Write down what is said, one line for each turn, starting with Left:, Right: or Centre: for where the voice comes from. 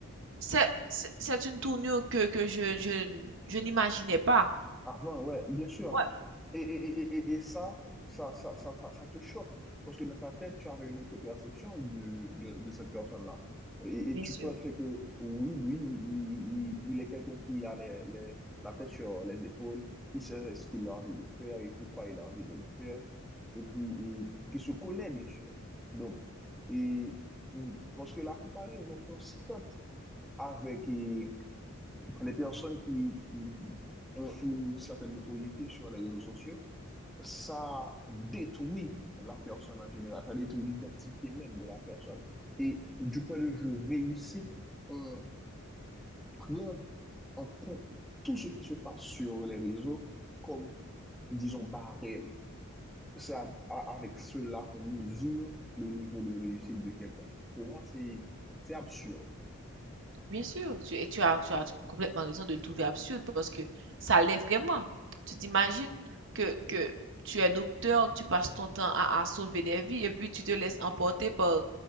Right: C'est, c'est c'est une tournure que, que je, je, je n'imaginais pas.
Centre: Avant, ouais, bien sûr.
Right: Ouais,
Centre: Et, et, et, et, et ça, ça, ça, ça, ça, ça te choque. Parce que dans ta tête, tu avais une autre perception du- de, de cette personne-là. Et, et
Right: bien
Centre: tu
Right: sûr.
Centre: pensais que, oui, lui, il, il- il est quelqu'un qui a les, les- la tête sur les épaules, qui sait ce qu'il a envie de faire et pourquoi il a envie de le faire, et puis et qui se connaît, bien sûr. Donc, et, mm, parce que la comparaison constante avec eh, les personnes qui mm, ont une certaine notoriété sur les réseaux sociaux, ça détruit la personne en général, ça détruit l'identité même de la personne. Et du point de vue réussite, on prend en compte tout ce qui se passe sur les réseaux comme, disons, barème. C'est à- à- avec cela qu'on mesure le niveau de réussite de quelqu'un. Pour moi, c'est c'est absurde.
Right: Bien sûr, tu, et tu as, tu as complètement raison de le trouver absurde parce que ça l'est vraiment. Tu t'imagines que, que tu es docteur, tu passes ton temps à, à sauver des vies et puis tu te laisses emporter par,